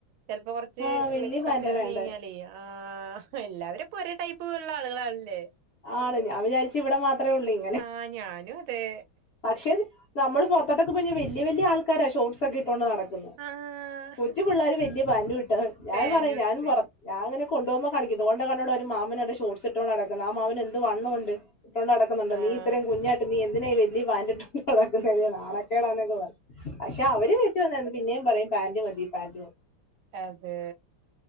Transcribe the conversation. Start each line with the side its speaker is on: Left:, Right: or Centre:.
Right: ചിലപ്പോ കുറച്ച്
Left: ആഹ് വലിയ
Right: കുറച്ചങ്ങട്ട്
Left: പാന്റാ വേണ്ടേ
Right: നീങ്ങ്യാലേ ആഹ് എല്ലാവരും പ്പോ ഒരേ ടൈപ്പ് ഉള്ള ആളുകളാണല്ലേ
Left: ആണ് ഞാൻ വിചാരിച്ച് ഇവിടെ മാത്രേ ഉള്ളെന്ന്
Right: ആഹ് ഞാനും അതെ
Left: പക്ഷെ നമ്മള് പുറത്തോട്ടൊക്കെ പോയിക്കഴിഞ്ഞാ വല്യ വല്യ ആൾക്കാരാ ഷോർട്സൊക്കെ ഇട്ടൊണ്ട് നടക്ക തന്നെ
Right: ആഹ്
Left: കൊച്ചു പിള്ളേര് വല്യ പാന്റും ഇട്ട ഞാൻ
Right: പാന്റ്
Left: പറയും
Right: ഇട്ടിട്ട്
Left: ഞാനും പ ഞാ ഇങ്ങന കൊണ്ടോഉമ്പോ കാണിക്കും ദോണ്ടെ കണ്ടോടാ ഒരു മാമനവിടെ ഷോട്സിട്ടോണ്ട് നടക്കന്ന് ആഹ് മാമനെന്ത് വണ്ണോണ്ട് ട്ടേണ്ട് നടക്കുന്നുണ്ട്
Right: ആഹ്
Left: നീ ഇത്രയും കുഞ്ഞായിട്ട് നീ എന്തിനാ ഈ വല്യ പാന്റിട്ട് നടക്കുന്നെ നടക്കുന്നെ നാണക്കേടാന്നൊക്കെ പറയും പക്ഷെ അവര് വീട്ടി വന്നന്ന് പിന്നേ പറയും പാന്റ് മതി പാന്റ് മതി
Right: അതെ